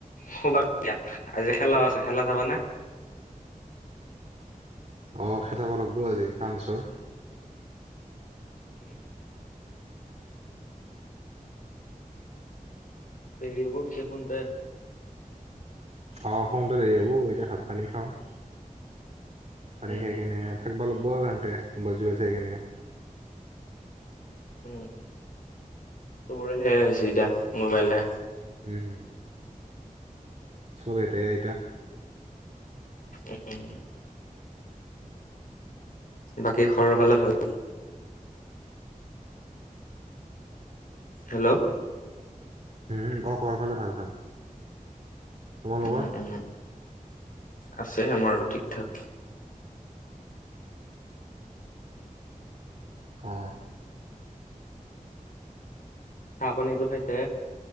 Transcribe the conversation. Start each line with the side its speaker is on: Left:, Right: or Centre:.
Left: খুবা দিয়া আজি খেলাও আছে খেলা চাবাানে
Right: অঁ খেচাব লাগিব আজি কাঞ্চৰ
Left: উম দেৰি ব বিষুদে
Right: অ দেৰি হ'ব এতিয়া ভাত পানী খাওঁ পানী
Left: উম,
Right: খাই
Left: উম,
Right: কেনে থাকিবা লাগব আৰু সহতে চোবল চাই কেনে
Left: উম সবৰে সেয় হৈছে এতিয়া মোবাইল
Right: উম চব এটাইে এতিয়া
Left: উম বাকী ঘৰৰ ফালে ভাল হেল্ল'
Right: উম অ খৰৰ ফালে ভাল ভাল তোমালোকৰ
Left: উম উম আছে আমাৰ ঠিক ঠাক
Right: অ
Left: চাহ পানীতো খাইছে